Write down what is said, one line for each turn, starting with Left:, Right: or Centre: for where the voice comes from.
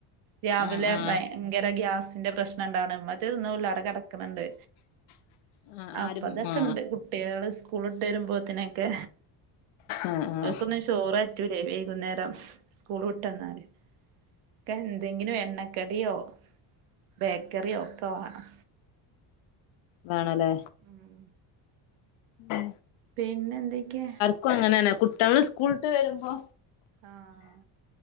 Right: രാവിലെ
Left: ആ ആ
Right: ഭയങ്കര ഗ്യാസിന്റെ പ്രശ്നം ഇണ്ടാവാണ് മറ്റേ തിന്നൂല്ല ആഹ്യുടെ കടക്ക്ണ് ണ്ട്
Left: <inaudible>
Right: അപ്പ
Left: ആരും
Right: അതൊക്കെ
Left: ആ
Right: ഇണ്ട് കുട്ട്യാള് സ്കൂളി ഇട്ട് വരുമ്പോത്തിനെക്കെ
Left: ആ ആ
Right: ഓല്ക്കൊന്നും ചോറ് പറ്റൂലേ വൈകുന്നേരം സ്കൂള് വിട്ട് വന്നാല് ക്ക എന്തെങ്കിലും എണ്ണക്കടിയോ ബേക്കറിയോ ഒക്കെ വാണം
Left: വേണല്ലേ
Right: ഉം
Left: ഉം
Right: പിന്നെ എന്തേക്കെ
Left: ക്കും അങ്ങനെന്നെ കുട്ട്യാള് സ്കൂളിട്ട് വരുമ്പോ
Right: ആഹ്